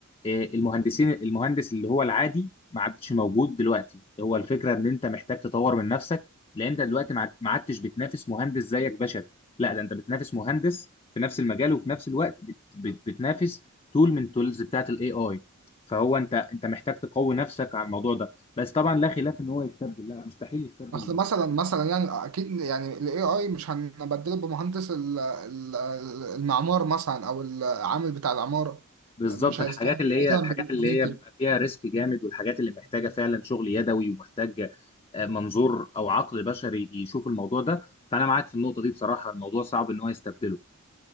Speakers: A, on the left (about 25°); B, on the right (about 75°).
A: آه، المهندسين المهندس اللي هو العادي ما عادش موجود دلوقتي هو الفكره ان انت محتاج تطور من نفسك لان انت دلوقتي ما عاد- ما عادتش بتنافس مهندس زيك بشري لا ده انت بتنافس مهندس في نفس المجال وفي نفس الوقت بت بت بتنافس تول من تولز بتاعت الاي اي فهو انت انت محتاج تقوي نفسك على الموضوع ده بس طبعا لا خلاف ان هو يستبدل لا مستحيل يستبدل
B: اصل مثلا مثلا يعني اكيد يعني الاي اي مش هنبدله بمهندس ال- ال- المعمار مثلا او العامل بتاع العمارة
A: بالظبط
B: مش
A: الحاجات
B: هيستخدم
A: اللي هي
B: مثلا
A: الحاجات
B: بالكمبيوتر
A: اللي هي بيبقى فيها ريسك جامد والحاجات اللي محتاجه فعلا شغل يدوي ومحتاج آه، منظور او عقل بشري يشوف الموضوع ده فانا معاك في النقطه دي بصراحه الموضوع صعب ان هو يستبدله